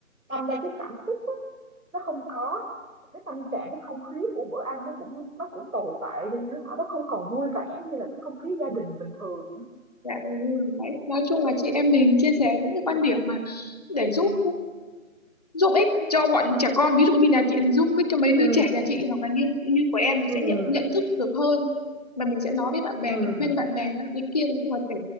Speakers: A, on the right; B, on the left.
A: đâm ra cái cảm xúc nó không có, cái tâm trạng, cái không khí của bữa ăn nó cũng nó cũng tồi tệ đi nữa, họ nó không còn vui vẻ như là cái không khí gia đình bình thường nữa.
B: Dạ đúng rồi. Đấy. Nói chung là chị em mình chia sẻ những cái quan điểm mà để giúp giúp ích cho bọn trẻ con ví dụ như là chị thì giúp ích cho mấy đứa
A: Ừ,
B: trẻ nhà chị hoặc là như như của em mình
A: ừm,
B: sẽ nhận nhận thức được hơn mà mình sẽ nói với bạn bè
A: ừm.
B: mình khuyên bạn bè ý kia nói chung là để